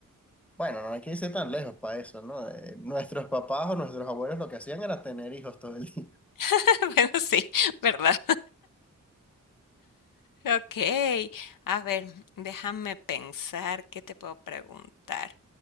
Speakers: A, in the centre; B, on the left.
A: Bueno, no hay que irse tan lejos para eso, ¿no? Eh, nuestros papás o nuestros abuelos lo que hacían era tener hijos todo el día.
B: <laughs> Bueno, sí, ¿verdad? Ok, a ver, déjame pensar qué te puedo preguntar.